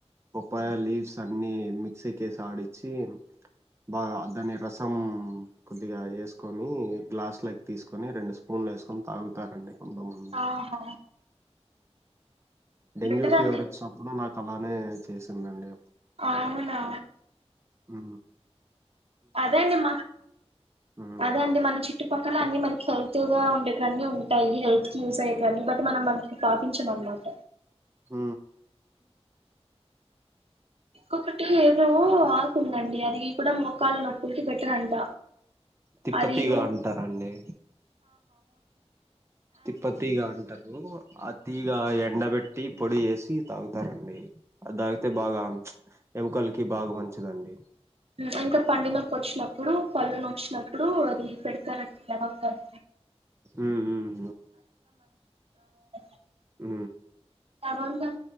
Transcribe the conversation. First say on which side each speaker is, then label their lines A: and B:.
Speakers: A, on the right; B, on the right.
A: ఉప్పాయ లీవ్స్ అన్ని మిక్సీ కేసి ఆడించి బాగా అంటే రసం కొద్దిగా వేసుకొని గ్లాస్ లకి తీసుకొని రెండు స్ప పూన్లు వేసుకొని తాగుతారండి కొంతమంది
B: ఆహా
A: డెంగ్యూ
B: బెటర్
A: ఫీవర్
B: అండి
A: వచ్చినప్పుడు నాకు అలానే చేసిండ్రు అండి
B: అవునా
A: ఆ
B: అదే అండి మా
A: మ్మ్
B: అదే అండి మన చుట్టుపక్కల అన్ని మనకి ఎక్వగా ఉండేటన్ని ఉంటాయి హెల్త్ క యూజ్ అయ్యే కానీ బట్ మనం మనకి పాపించమ మ్యామ్
A: హ
B: ఇక్కొక్కటి ఏదో ఆకుందండి అది కూడా మొకాలు నొ బెటర్ అంట
A: తిప్పతీగ
B: అదిను <inaudible>
A: అంటారండి తిప్పతిగా ఉంటారు అతిగా ఎ ఎండబెట్టి పొడి చేేసి తాగుతారండి అది తాగితే బాగా ఎముకలకి బాగా మంచి మంచిది అండి
B: అంత పండిన వచ్చినప్పుడు పళ్ళును నచ్చినప్పుడు అది పెడతారండి లవంగం
A: మ్మ్ మ్మ్
B: <inaudible>
A: ఉ
B: లవంగం